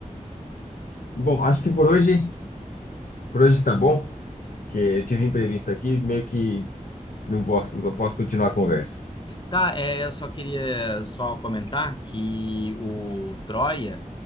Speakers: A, on the left (about 85°); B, on the left (about 35°).
A: Bom, acho que por hoje, por hoje está bom, porque eu tive imprevisto aqui, meio que não posso, não posso continuar a conversa.
B: Tá, é, eu só queria só comentar que o Troia,